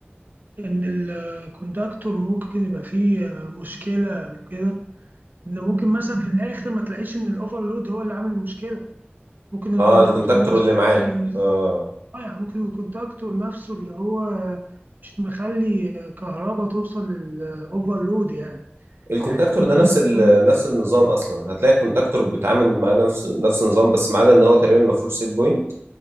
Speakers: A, on the right; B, on the right.
A: إن الكوندكتور ممكن يبقى فيه مشكلة وكده إن ممكن مثلا في الآخر ما تلاقيش إن الأوفرلود هو اللي عامل المشكلة ممكن الكوندكتور
B: اه الكونتاكتور
A: نفسه
B: اللي معاه
A: هو اللي
B: اه
A: آه يعني ممكن الكوندكتور نفسه اللي هو مش مخلي كهرباء توصل للأوفرلود يعني
B: الكونتاكتور
A: يعني ممكن
B: ده نفس ال...
A: يكون
B: نفس النظام اصلا هتلاقي الكونتاكتور بيتعامل مع نفس نفس النظام بس ما عدا ان هو تقريبا ما فيهوش سيت بوينت